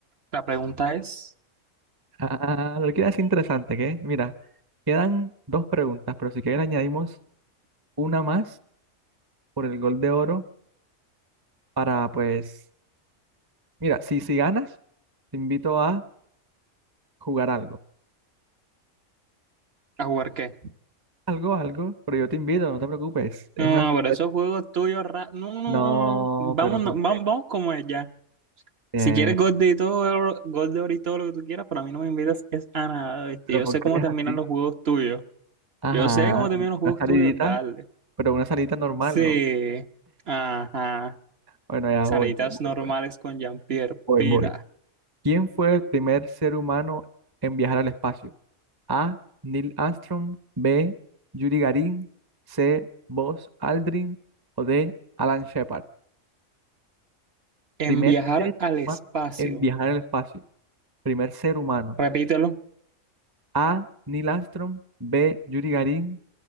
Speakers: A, on the right; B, on the right.
A: la pregunta es,
B: Ah, lo que es interesante, que mira, quedan dos preguntas, pero si quieres añadimos una más por el gol de oro para, pues, mira, si, si ganas, te invito a jugar algo.
A: ¿a jugar qué?
B: Algo, algo, pero yo te invito, no te preocupes, es
A: No,
B: una sorpresa.
A: no, pero esos juegos tuyos, ra- no, no,
B: No,
A: no, no. vamos,
B: pero
A: no,
B: ¿por
A: vamos,
B: qué?
A: vamos como es ya.
B: Eh,
A: Si quieres gold de todo, gold de oro y todo lo que tú quieras, pero a mí no me invitas es a nada, ¿viste?
B: pero
A: Yo
B: ¿por
A: sé
B: qué
A: cómo
B: eres
A: terminan
B: así?
A: los juegos tuyos.
B: Ajá,
A: Yo sé cómo terminan los juegos
B: una salidita,
A: tuyos, dale.
B: pero una salidita normal,
A: Sí,
B: ¿no?
A: ajá.
B: Bueno, ya
A: Salidas
B: voy, pues, voy,
A: normales
B: pues,
A: con Jean-Pierre,
B: voy,
A: pila.
B: voy. ¿Quién fue el primer ser humano en viajar al espacio? A. Neil Armstrong. B. Yuri Gagarin. C. Buzz Aldrin. O D. Alan Shepard.
A: En
B: Primer
A: viajar
B: ser
A: al espacio,
B: humano en viajar al espacio. Primer ser humano.
A: repítelo.
B: A. Neil Armstrong. B. Yuri Gagarin.